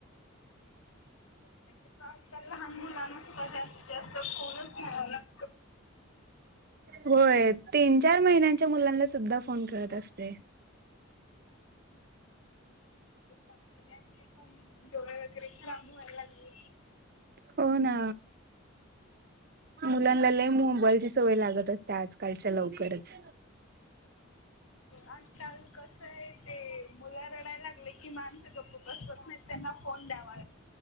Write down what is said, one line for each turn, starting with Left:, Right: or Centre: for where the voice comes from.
Left: शक्यतो आजकाल लहान मुलांना सुद्धा जास्तीत जास्त फोनच घ्यावा लाग
Right: होय, तीन, चार महिन्यांच्या मुलांना सुद्धा फोन कळत असतंय.
Left: त्याच्यामुळे त्यांचे पण डोळे वगैरे खराब व्हायला लागले.
Right: हो ना. मुलांना लई मोबाईलची सवय लागत असतीया आज कालच्या लवकरच.
Left: आजकाल कसंय ते मुलं रडाय लागले की माणसं गप्प बसवत नाहीत त्यांना फोन द्यावा.